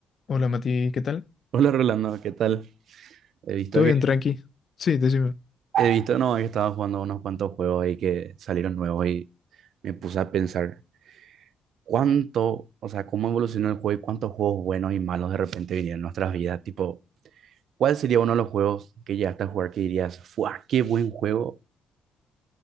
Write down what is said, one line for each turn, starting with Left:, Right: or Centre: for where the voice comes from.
Left: Hola Mati, ¿qué tal?
Right: Hola Rolando, ¿qué tal? He visto
Left: ¿Todo
Right: que
Left: bien, tranqui? Sí, decime.
Right: he visto no, que estaba jugando unos cuantos juegos ahí que salieron nuevos y me puse a pensar cuánto, o sea, cómo evolucionó el juego y cuántos juegos buenos y malos de repente vinieron en nuestras vidas. Tipo, ¿cuál sería uno de los juegos que llegaste a jugar que dirías, ¡fua! ¡Qué buen juego!